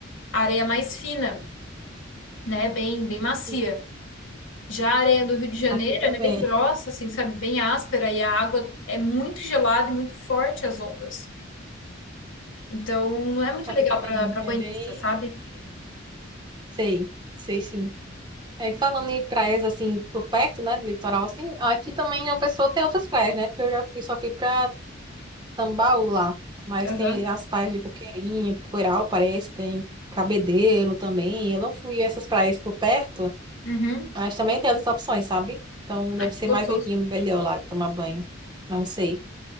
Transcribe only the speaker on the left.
a areia é mais fina, né? Bem, bem macia.
Já a areia do Rio de Janeiro,
ela é bem grossa, assim, sabe? Bem áspera e a água é muito gelada e muito forte as ondas. Então, não é muito
legal
para para
banhista,
sabe?
Aham.
Uhum.
Ai,
que gostoso.